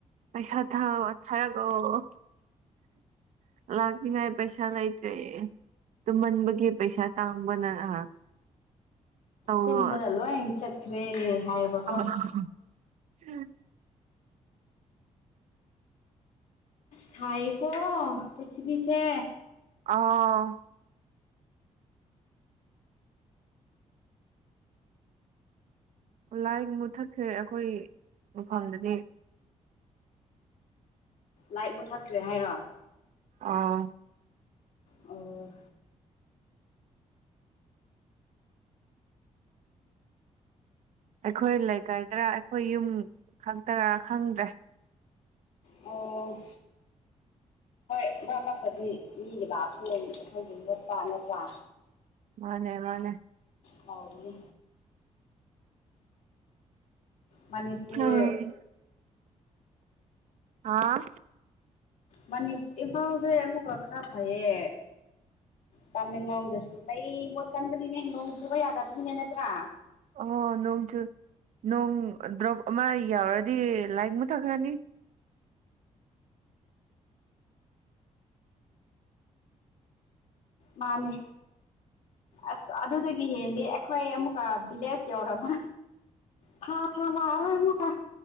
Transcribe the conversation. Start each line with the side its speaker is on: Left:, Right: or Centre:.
Right: ꯄꯩꯁꯥ ꯊꯥꯎ ꯊꯥꯔꯒꯑꯣ ꯂꯥꯛꯅꯤꯉꯥꯏ ꯄꯩꯁꯥ ꯂꯩꯇ꯭ꯔꯦ ꯇꯨꯝꯍꯟꯕꯒꯤ ꯄꯩꯁꯥ ꯇꯥꯡꯕꯅ ꯑꯥ ꯇꯧꯋꯣ
Left: ꯇꯨꯝꯕꯗ ꯂꯣꯏ ꯆꯠꯈ꯭ꯔꯦ ꯍꯥꯏꯕꯀꯣ
Right: <unintelligible>
Left: ꯆꯥꯏꯌꯦꯀꯣ ꯄꯔꯤꯊꯤꯕꯤꯁꯦ
Right: ꯑꯥ ꯂꯥꯏꯠ ꯃꯨꯊꯠꯈ꯭ꯔꯦ ꯑꯩꯈꯣꯏꯒꯤ ꯃꯐꯝꯗꯗꯤ
Left: ꯂꯥꯏꯛ ꯃꯨꯊꯠꯈ꯭ꯔꯦ ꯍꯥꯏꯔꯣ
Right: ꯑꯥ
Left: ꯑꯣ
Right: ꯑꯩꯈꯣꯏ ꯂꯩꯀꯥꯏꯗꯔꯥ ꯑꯩꯈꯣꯏ ꯌꯨꯝ ꯈꯛꯇꯔꯥ ꯈꯪꯗ꯭ꯔꯦ
Left: ꯑꯣ <unintelligible> ꯃꯤꯒꯤ ꯂꯥꯛꯑꯁꯨ ꯑꯩꯈꯣꯏꯁꯨ ꯃꯨꯠꯄ ꯅꯠꯇ꯭ꯔꯥ
Right: ꯃꯥꯅꯦ ꯃꯥꯅꯦ
Left: ꯇꯥꯎꯕꯅꯦ ꯃꯅꯤꯄꯨꯔ
Right: ꯎꯝ ꯑꯥ
Left: ꯃꯅꯤ ꯏꯝꯐꯥꯜꯗꯩ ꯑꯃꯨꯛꯀ ꯈꯔ ꯐꯩꯌꯦ ꯇꯥꯃꯦꯡꯂꯣꯡꯗꯁꯨ ꯑꯩꯩ ꯃꯨꯠꯀꯟꯕꯅꯤꯅꯦ ꯅꯣꯡ ꯆꯨꯕ ꯌꯥꯗꯕꯅꯤꯅꯦ ꯅꯠꯇ꯭ꯔꯥ
Right: ꯑꯣ ꯅꯣꯡ ꯆꯨ ꯅꯣꯡ ꯗ꯭ꯔꯣꯞ ꯑꯃ ꯌꯥꯎꯔꯗꯤ ꯂꯥꯏꯛ ꯃꯨꯊꯛꯈ꯭ꯔꯅꯤ
Left: ꯃꯥꯅꯦ ꯑꯁ ꯑꯗꯨꯗꯒꯤ ꯍꯦꯜꯂꯤ ꯑꯩꯈꯣꯏ ꯑꯃꯨꯛꯀ ꯚꯤꯂꯦꯖ ꯌꯧꯔꯕ ꯊꯥ ꯊꯥ ꯂꯥꯛꯑꯔꯣꯏ ꯃꯨꯛꯀ